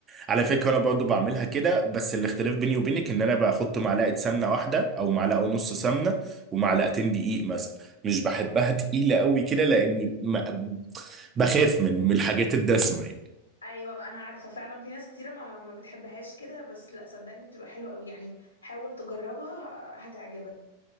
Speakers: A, on the right; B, on the left.
A: على فكرة أنا برضو بعملها كده بس الاختلاف بيني وبينك إن أنا بحط معلقة سمنة واحدة أو معلقة ونص سمنة ومعلقتين دقيق مثلا مش بحبها تقيلة قوي كده لأني ما بخاف من من الحاجات الدسمة يعني
B: ايوه انا عارفه فعلا في ناس كتيره ما ما بتحبهاش كده بس لا صدقني بتبقى حلوه قوي يعني حاول تجربها آه، هتعجبك